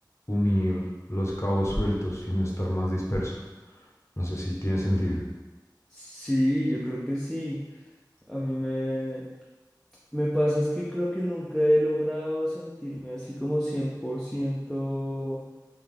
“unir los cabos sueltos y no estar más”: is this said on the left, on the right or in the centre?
Left